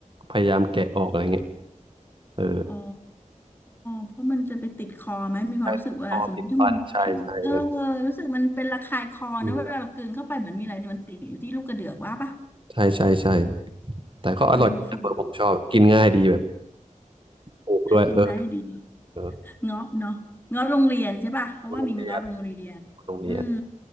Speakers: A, on the right; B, on the left.
A: พยายามแกะออกอะไรเงี้ย เออ
B: อ๋อ เพราะมันจะไปติดคอไหมมีความรู้สึกเวลาสมมติถ้ามันผิวเออ
A: ใช่คอติดฟันใช่ใช่เออ
B: รู้สึกมันเป็นระคายคอนะเวลาเรากลืนเข้าไปเหมือนมีอะไรเนี่ยมันติดอยู่ที่ลูกกระเดือกว่าปะ
A: อืมใช่ใช่ใช่แต่ก็อร่อยแตเบอร์ผมชอบแบบกินง่ายดีแบบ
B: เออฟิน
A: ถูกด้วยเออ
B: ฟินได้ดี
A: เออ
B: เงาะเนาะเงาะโรงเรียนใช่ป่ะเพราะว่ามีเงาะโรงเรียนอืม
A: โรงเรียนโรงเรียน